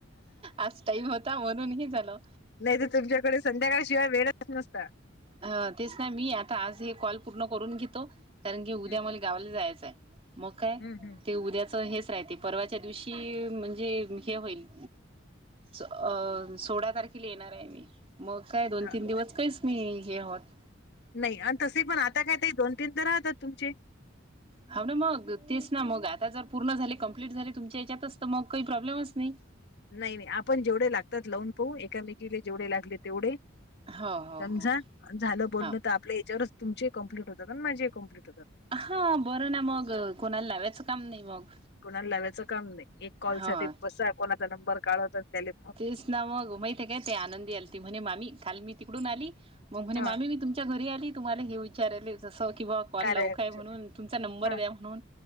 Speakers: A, on the right; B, on the left.
A: आज टाईम होता म्हणूनही झाला
B: नाही तर तुमच्याकडे संध्याकाळशिवाय वेळच नसता
A: ह तेच ना मी आता आज हे कॉल पूर्ण करून घेतो कारण की उद्या
B: हं,
A: मला गा जायचंय मग काय
B: हं, हं.
A: ते उद्याच हेच राह ते परवाच्या दिवशी म्हणजे हे होईल अ सोळा तारखेला येणार आहे मी मग काय दोन
B: हां,
A: तीन
B: हो
A: दिवस
B: काय.
A: काहीच न हे आहोत
B: नाही आणि तसे पण आता कायत दोन तीन तर राहतात तुमचे
A: ह ना मग तेच ना मग आता जर पूर्ण झाले कम्प्लीट ट झाले तुच्यात मग काही प्रॉबलेमच नाही
B: नाही नाही आपण जेवढे लागतात लावून पाहू एकामेकीले जेवढे लागले तेवढे
A: हो हो
B: समजा
A: हो.
B: झालं बोलण
A: हा
B: तर आपल्या याच्यावरच तुमचे कम्प्लीट होतं पण माझीही कम्प्लीट होत
A: हा बरं ना मग कोणाला लावायचं काम नाही मग
B: कोणाला लावायचं काम नाही एक कॉल
A: हा
B: साठी बसा कोणाचा नंबर काढवत त्याले
A: तेच ना मगमथ काय ते आनंदी आला ती म्हणे मामी काल मी तिकडून आली मग म्हणे
B: हा
A: मामी मी तुम च्या घरी आली तुम्हाला हे विचारयले जसं कि बॉ कॉल
B: कार्य
A: लवक
B: ॲपच
A: आहे म्हणून तुमचा नंबर
B: हा
A: द्या म्हणून